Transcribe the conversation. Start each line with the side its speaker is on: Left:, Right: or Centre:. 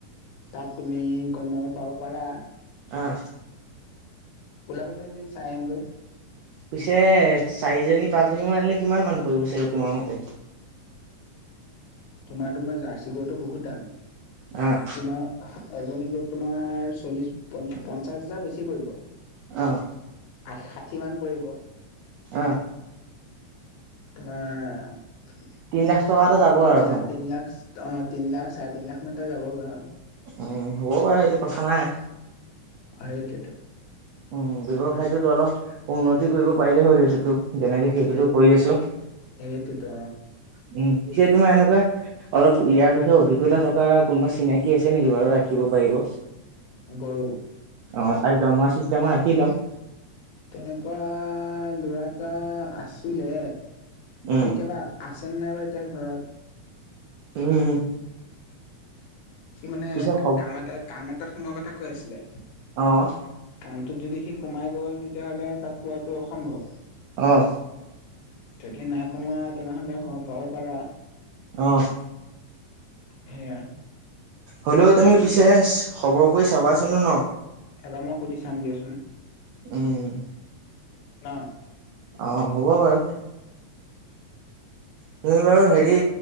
Left: তাত তুমি কণমানত পাব পাৰা।
Right: অহ-
Left: ওলাবাচোন এদিন চাই আহিম গৈ।
Right: পিছে চাৰিজনী পাঁচ জনী মান এনে কিমান মান পৰিব চাগে তোমাৰ মতে?
Left: তোমাৰ তোমাৰ জাৰ্চি গৰুটো বহুত দাম।
Right: অঁ!
Left: তোমাৰ এজনী গৰু তোমাৰ চল্লিশ পঞ্চাশ হাজাৰ বেছি পৰিব।
Right: অহ!
Left: আ ষাঠি মান পৰিব।
Right: অঁ!
Left: তোমাৰ
Right: তিন লাখ টকা এটা যাব
Left: তিন
Right: আৰু মানে
Left: লাখ তিন লাখচ। অঁ তিন লাখ চাৰে তিন লাখ মান ত যাবগৈ আঁ।
Right: উমঁ হ'ব বপাৰঊূূউ সেইটো কথা নাই।
Left: সেইটটো।
Right: উমঁ ব্যৱসায়টোতো অলপ উন্নতি কৰিব পাৰিলে হ'ল এইেইটোতো।। যেনেকে সেইটোতো
Left: সেই
Right: কৰি আছো উমঁ
Left: সেইটোতো
Right: পিছে তোমাৰ এনেকুৱা- অলপ ইয়াৰ বিষয়ে অভিজ্ঞতা থকা কোনোবা চিনাকি আছে নেকি বাৰু ৰাখিব পাৰিব।
Left: গৰু।
Right: অঁ তাইক দম হোৱা চিষ্টেমৰ ৰাখি লম।
Left: তেনেকুৱা লৰা এটা আছিলে।
Right: উমঁ!
Left: কেতিয়াবা আছেনে নাই বাৰু এতিয়া ঘৰত।
Right: উমঁ!
Left: সি মানে
Right: পিছে খব
Left: কাম এটা কাম এটাত সোময় কথা কৈ আছিলে।
Right: অঁ!
Left: কাণটোত যদি সি সোমাই গ'ল তেতিয়াহ'লে তাক পোৱাাতটো অসম্ভৱ।
Right: অঁ!
Left: যদি নাই সোমোৱা তেনেহ'লে সূমাব পাব পাৰা।
Right: অহ-
Left: সেয়া।
Right: হ'লেও তুমি পিছে খবৰ কৰি চাবাচোনো ন।
Left: এবাৰ মই সুধি চাম দিয়চোন।
Right: উমঁ!
Left: না।
Right: অঁ হ'ব বাৰু। তুমি বাৰু হেৰি